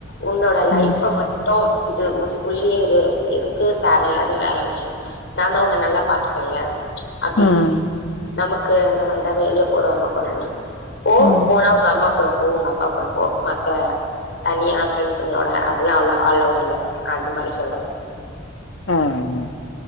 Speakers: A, on the left; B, on the left.
A: உன்னோட
B: ம்
A: லைஃப மட் டு இது ஒதிக் உள்ளயே இரு எதுக்கு தேவலாத வேல விஷ்யோ நா தா உன்ன நல்லா பாத்து கர்லே அப்டி
B: ம்
A: நமக்கு நம்ம எதாவது வெலிய போறவங்க போரோம்னா போ
B: ம்
A: போனா உங்க அம்மா கூட போ உங்க அப்பா கூட போ மத்த தனியா ஃப்ரெண்ட்ஸுங்களோட அதெல்லா அல அல்லோவ்டு இல்ல அது மாரி சொல்றே
B: ம்